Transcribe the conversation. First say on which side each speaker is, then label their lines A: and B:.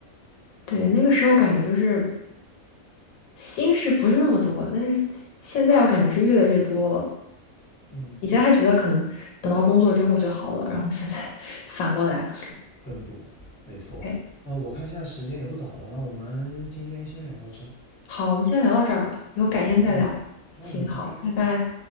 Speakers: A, on the left; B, on the left.
A: 对，那个时候感觉就是心事不是那么多，但是现在我感觉是越来越多了。
B: 嗯，
A: 以前还觉得可能等到工作之后就好了，然后现在 <laughs> 反过来了。
B: 更多，没错。
A: OK，
B: 呃，我看现在时间也不早了，那我们今天先聊到这。
A: 好，我们先聊到这儿吧，以后改天再聊。
B: 好，嗯，好，
A: 行，
B: 嗯，
A: 好，
B: 拜拜。
A: 拜拜。